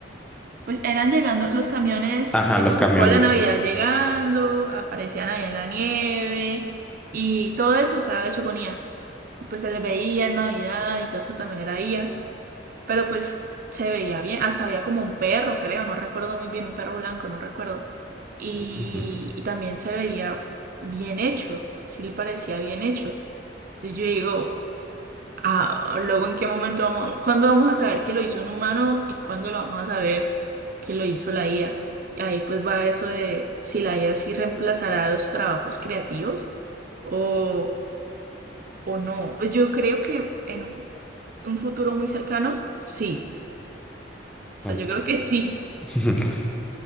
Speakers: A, on the right; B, in the centre.
A: Pues eran llegando los camiones
B: Ajá,
A: de
B: los
A: Coca-Cola
B: camiones,
A: en Navidad
B: sí.
A: llegando, aparecían allá en la nieve y todo eso estaba hecho con IA. Y pues se les veía en Navidad y todo eso también era IA. Pero pues se veía bien, hasta había como un perro, creo, no recuerdo muy bien, un perro blanco, no recuerdo. Y,
B: Ujú,
A: y también se veía bien hecho, sí le parecía bien hecho. Entonces yo digo, ah, luego en qué momento vamos, cuándo vamos a saber que lo hizo un humano y cuándo lo vamos a saber que lo hizo la IA. Y ahí pues va eso de si la IA sí reemplazará los trabajos creativos o, o no. Pues yo creo que en un fu- un futuro muy cercano, sí sea,
B: ok.
A: yo creo que sí.
B: <laughs>